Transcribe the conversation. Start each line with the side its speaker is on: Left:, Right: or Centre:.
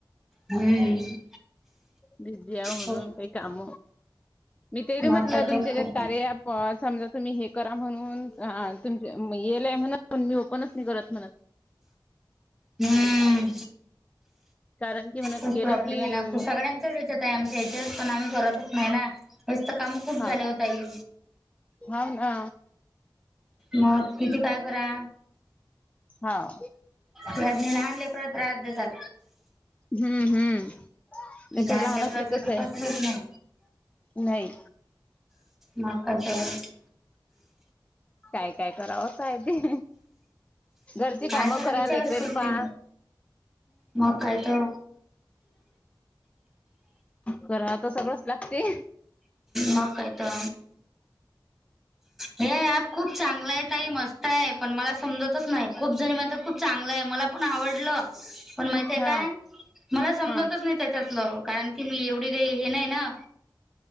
Centre: हम्म.
Left: बीजी म्हणून
Centre: खूप
Left: काही काम. मी ते
Centre: मग
Left: म्हटलं
Centre: काय
Left: तुमच्यात्या
Centre: तर खूप
Left: कार्या ॲप समजा तुम्ही हे करा म्हणून. तुम येलय म्हणून मी ओपनच नाही करत म्हणत.
Centre: हम्म
Left: कारण की म्हणत
Centre: खूप
Left: केलं
Centre: प्रॉब्लेमे
Left: की
Centre: ना.
Left: म-
Centre: सगळ्यांच्याच याच्यात आहे आमच्या या्याच्यात. पण आम्ही करतच नाही ना. हेच त काम खूप
Left: हा
Centre: झाले हो ताई.
Left: हाव ना.
Centre: मग किती काय करा.
Left: हाव
Centre: त्यातनि लहान लेकर त्रास देतात.
Left: हम्म हम्म लेकरं
Centre: लहान लेकराच
Left: असली की कसं आहे
Centre: कसच होत नाही.
Left: नाही
Centre: मग काय त.
Left: काय काय करावं असय ते. घरची
Centre: काय
Left: कामं करा.
Centre: विचारच
Left: लेकराले
Centre: करते
Left: पाहा.
Centre: मग काय त.
Left: कराव त सगळंच लागते.
Centre: मग काय त. हे ॲप खूप चांगलंय ताई. मस्त तय. पण मला समजतच नाही. खूप जणी म्हणता खूप चांगलंय. मला पण आवडलं. पण माहितीय
Left: हा
Centre: काय? मला समजतच
Left: हा
Centre: नाही त्याच्यातलं. कारण की मी एवढी काही हे नाही ना.